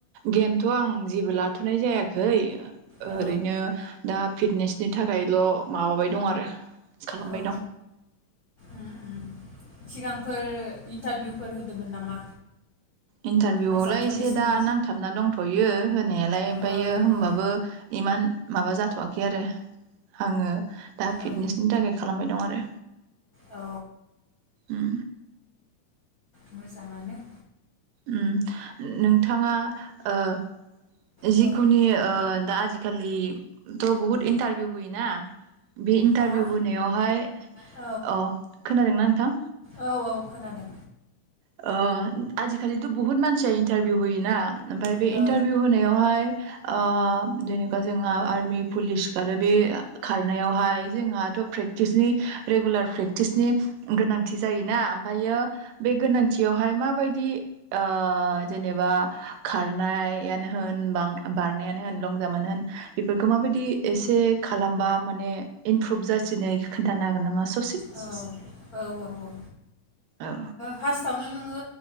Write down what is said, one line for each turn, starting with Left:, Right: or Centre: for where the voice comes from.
Right: गेमथ' आं जेबो लाथ'नाय जायाखै
Left: औ
Right: ओरैनो दा फिटनेसनि थाखायल' माबाबाय दं आरो। खालामबाय
Left: औ औ
Right: दं
Left: उम उम सिगांफोर इन्टारभिउ फोर होदोमोन नामा?
Right: इन्टारभिउआवलाय
Left: आसाम पुलिसनि
Right: एसे दा नांथाबना दंथ'यो होनायालाय ओमफायो
Left: औ
Right: होमबाबो
Left: औ
Right: इमान माबा जाथ' वाखै आरो। आङो दा फिटनेसनि
Left: औ
Right: थाखाय खालामबाय दं आरो
Left: औ
Right: उम।
Left: मोजाङानो।
Right: उम नोंथाङा ओ जिखुनि
Left: औ
Right: ओ दा आजिखालि थ' बुहुत इन्टारभिउ होयो ना? बे इन्टारभिउ
Left: हा
Right: होनायावहाय
Left: औ
Right: अ' खोनादोंना नोंथां?
Left: औ खोनादों।
Right: ओ आजिखालिथ' बुहुत मानसि दाइ इन्टारभिउ होयोना ओमफाय बे
Left: औ उम औ
Right: इन्टारभिउ होनायावहाय आह जेनेबा जोंहा आर्मि, पुलिस आरो बे खारनायावहाय जोंहाथ' प्रेक्टिसनि रेगुलार प्रेक्टिसनि गोनांथि जायोना फायो बे गोनांथियावहाय मा बायदि ओह जेनेबा खार खारनायानो होन बारनायानो होन लं जाम्पानो होन बेफोरखौ माबायदि एसे खालामबा माने इमप्रुभ जासिनो खोन्थानो हागोन नामा स
Left: औ, औ औ औ ओ
Right: औ
Left: फार्स आवनो नोङो